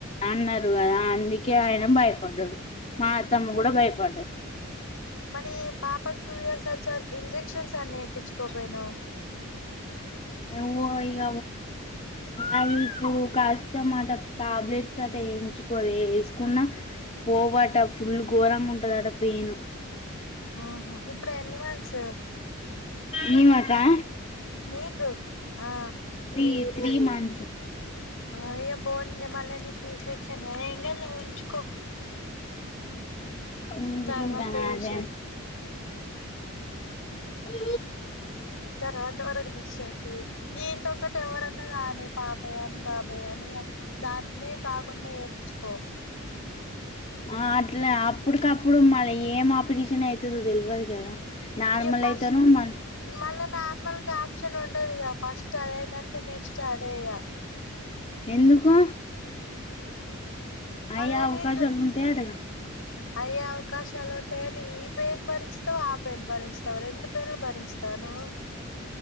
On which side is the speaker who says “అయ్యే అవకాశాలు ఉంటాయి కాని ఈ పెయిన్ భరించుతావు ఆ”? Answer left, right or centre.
Left